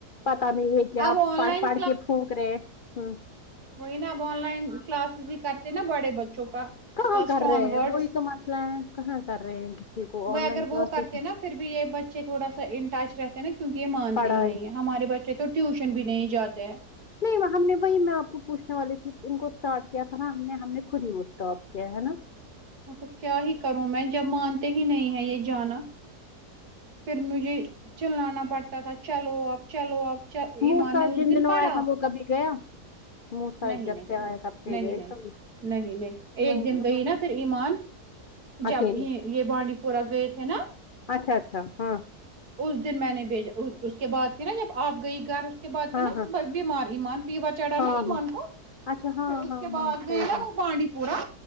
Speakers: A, on the left (about 65°); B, on the right (about 70°).
A: پتا نہیں ہے کیا
B: اب آن
A: پڑھ
B: لائن
A: پڑھ کے پونک رہے ہیں
B: وہ ہی نا اب آن لائن کلاسز ہی کرتے نا بڑے بچوں کا
A: کہاں
B: فرسٹ
A: کر رہے
B: آن
A: ہیں
B: ورڈس
A: وہی تو مسئلہ ہے کہاں کر رہے ہیں کسی کو
B: وہ
A: آن
B: اگر
A: لائن
B: وہ
A: کلاسز
B: کرتے ہیں نا پھر بھی یہ بچے تھوڑا سا ان ٹچ رہتے ہیں نا کیونکہ یہ مانتے
A: پڑھائی
B: ہی نہیں ہے ہمارے بچے تو ٹیوشن بھی نہیں جاتے ہیں
A: سلپ ہم نے وہی میں آپ کو پوچنے والے تھی ان کو اسٹارٹ کیا تھا نا ہم نے ہم نے خود ہی وہ اسٹاپ کیا ہے نا
B: تو کیا ہی کروں میں جب مانتے ہی نہیں ہے یہ جانا پھر مجھے چلانا پڑتا تھا چلو اب چلو اب چ ایمان
A: موسا
B: نے اس
A: جن
B: دن
A: دنوں
B: پڑھا
A: آیا تھا وہ کبھی گیا موسا
B: نہیں
A: جب
B: نہیں
A: سے آیا
B: نہیں
A: تب سے
B: نہیں
A: گئے
B: نہیں
A: کبھی
B: نہیں نہیں ایک
A: وہی ہے
B: دن گئی
A: مسئلہ.
B: نا پھر ایمان جب
A: اکیلے
B: یہ یہ بانڈی پورہ گئے تھے نا
A: اچھا اچھا ہاں
B: اس دن میں نے بھیجا اس کے بعد تھی نا جب آپ گئی گھر کے بات
A: ہاں
B: ہے نا
A: ہاں
B: بس بیمار ایمان فیور چڑھا
A: ہاں
B: نا ایمان
A: ہاں
B: کو
A: اچھا ہاں
B: پھر اس
A: ہاں
B: کے بعد
A: ہاں صحیح
B: گئے نا
A: بات
B: وہ بانڈی پورا